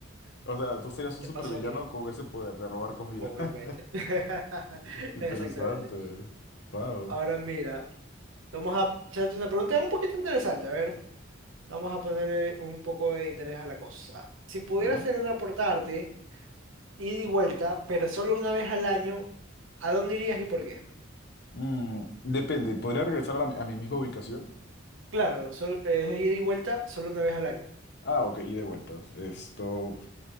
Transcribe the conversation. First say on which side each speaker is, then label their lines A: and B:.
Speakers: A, on the left (about 55°); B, on the right (about 80°).
A: O sea, tú serías un
B: ¿Qué
A: supervillano
B: pasó aquí?
A: con ese poder de robar comida.
B: Obviamente.
A: <laughs>
B: <laughs>
A: Interesante.
B: Exactamente.
A: Wow.
B: Ahora mira, vamos a hacerte una pregunta un poquito interesante. A ver, vamos a ponerle un poco de interés a la cosa. Si pudieras
A: A ver.
B: teletransportarte ida y vuelta, pero solo una vez al año, ¿a dónde irías y por qué?
A: Mm, depende, ¿podría regresar a, la- a mi misma ubicación?
B: Claro, sol- eh, es ida y vuelta solo una vez al año.
A: Ah, ok, y de vuelta. Esto.